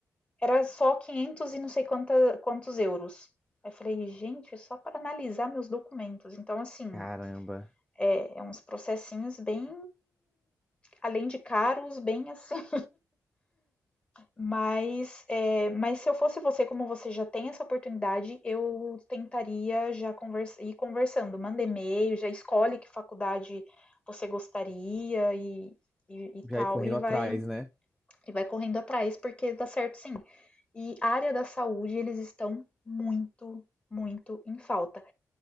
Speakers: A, on the left (about 20°); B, in the centre.
A: era só 500 e não sei quanta, quantos euros. Aí eu falei, gente, é só para analisar meus documentos. Então, assim,
B: Caramba.
A: é, é uns processinhos bem, além de caros, bem assim. Mas, eh, mas se eu fosse você, como você já tem essa oportunidade, eu tentaria já convers ir conversando, manda e-mail, já escolhe que faculdade você gostaria e, e, e
B: Já
A: tal,
B: ir correndo
A: e vai,
B: atrás, né?
A: e vai correndo atrás, porque dá certo sim. E a área da saúde, eles estão muito, muito em falta.